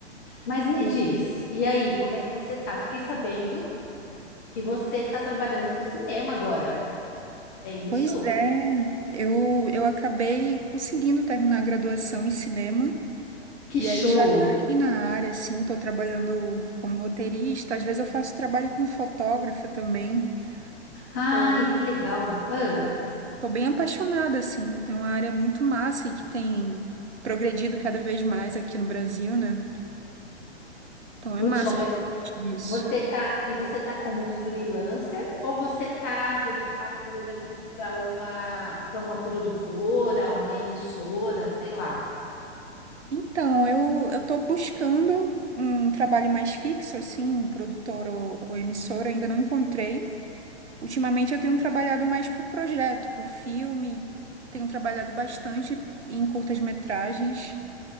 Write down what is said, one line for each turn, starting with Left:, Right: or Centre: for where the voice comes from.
Left: Mas me
Right: E-
Left: diz, e aí, como é que você tá? Fiquei sabendo que você está trabalhando com cinema agora. É isso?
Right: Pois é, eu, eu acabei conseguindo terminar a graduação em cinema
Left: Que
Right: e
Left: show!
Right: aí já caí na área, assim, tô trabalhando como roteirista, às vezes eu faço trabalho como fotógrafa também.
Left: Ai,
Right: Tô,
Left: que legal! Ah,
Right: tô bem apaixonada, assim, é uma área muito massa e que tem progredido cada vez mais aqui no Brasil, né? Então
Left: muito
Right: é massa
Left: show, mas
Right: fazer parte disso.
Left: Você tá, e você tá como freelancer ou você tá dedicada, por exemplo, para uma para uma produtora, uma emissora, sei lá.
Right: Então, eu eu estou buscando um trabalho mais fixo, assim, produtor ou, ou emissora, ainda não encontrei. Ultimamente eu tenho trabalhado mais por projeto, por filme, tenho trabalhado bastante em curtas-metragens,